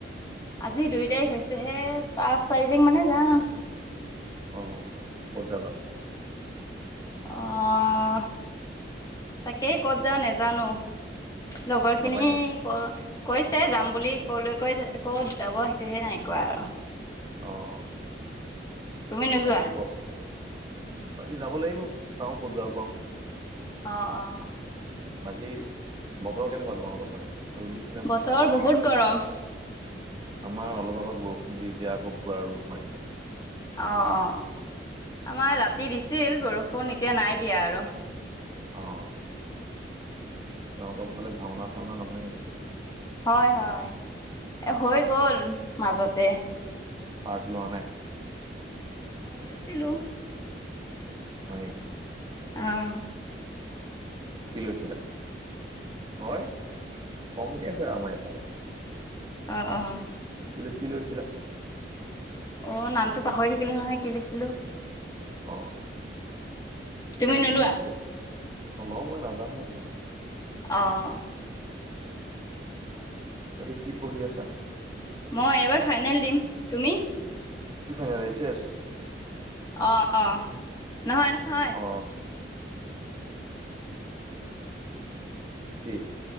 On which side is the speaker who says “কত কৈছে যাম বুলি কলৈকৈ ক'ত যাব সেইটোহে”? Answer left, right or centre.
Left